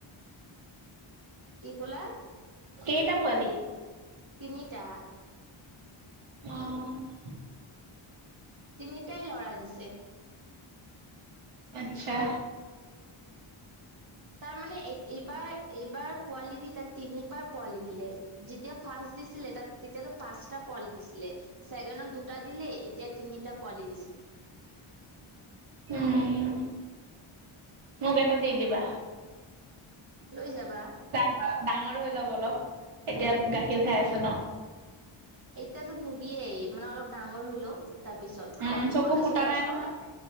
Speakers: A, on the right (about 45°); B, on the right (about 85°).
A: কি ক'লা?
B: কেইটা পোৱালি?
A: তিনিটা।
B: অঁ।
A: তিনিটাই লৰা দিছে।
B: আচ্ছা।
A: তাৰ মানে এইত এইবাৰ এইবাৰ পোৱালি দি তাত তিনিবাৰ পোৱালি দিলে। যেতিয়া ফাৰ্ষ্ট দিছিলে তাত তেতিয়াতো পাঁচটা পোৱালি দিছিলে। চেগেনত দুটা দিলে এতিয়া তিনিটা পোৱালি দিছে।
B: উম, মোক এটা দি দিবা।
A: লৈ যাবা।
B: ডা ডাঙৰ হৈ লওক অলপ এতিয়া গাখীৰ খাই আছে ন?
A: এতিয়াতো নিদিয়েই মানে অলপ ডাঙৰ হৈ লওক। তাৰপিছত
B: উম চকু
A: ক'ত
B: ফুটা
A: আছ কোৱাচোন?
B: নাই নহয়